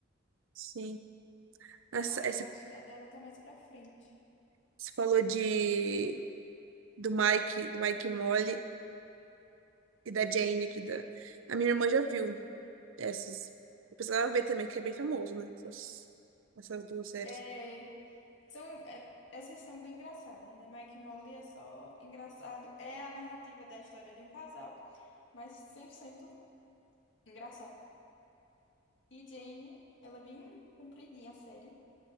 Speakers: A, on the right; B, on the left.
A: Sim. Essa,
B: Aí
A: essa,
B: acho que a dela tá mais pra frente.
A: você falou de, do Mike, do Mike e Molly e da Jane aqui. Da... A minha irmã já viu essas. Eu precisava ver também, que é bem famoso, né? Essas, essas duas séries.
B: É, são, é, essas são bem engraçadas, né? Mike e Molly é só engraçado. É a narrativa da história de um casal, mas 100% engraçada. E Jane, ela é bem compridinha a série.